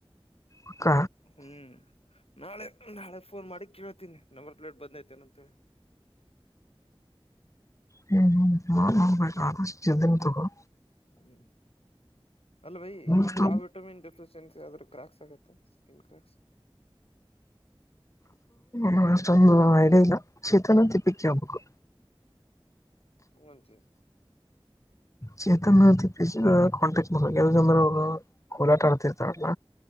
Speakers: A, on the left (about 30°); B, on the left (about 75°).
A: ಅಕ್ಕ
B: ಹ್ಮ್ ನಾಳೆ ನಾಳೆ ಫೋನ್ ಮಾಡಿ ಕೇಳ್ತೀನಿ ನಂಬರ್ ಪ್ಲೇಟ್ ಬಂದ್ತೇನ ಅಂತೇಳಿ <inaudible>
A: ಹ್ಮ್ ಹ್ಮ್ ನ ನೋಡ್ಬೇಕು ಆದಷ್ಟ ಇದ್ದನ್ ತಗ
B: ಹ್ಮ್ ಅಲ್ಲ ಭೈ
A: ಅಷ್ಟೊಂದು
B: ಯಾವ್ ವಿಟಮಿನ್ ಡೆಫಿಶಿಯನ್ಸಿ ಆದ್ರೂ ಕ್ರಾಕ್ಸ್ ಸ್ಕಿನ್ ಕ್ರ್ಯಾಕ್ಸ್
A: ನ ಅಷ್ಟೊಂದು ಐಡಿಯಾ ಇಲ್ಲ ಚೇತನ ತಿಪ್ಪಿಕ್ಕೆ ಹೋಗಬೇಕು
B: ಹೂ <inaudible>
A: ಚೇತನ್ ಕಾಂಟೆಕ್ಟ್ಂದ್ರ ಕೋಲಾಟ ಆಡ್ತಿರ್ತಾವಲ್ಲ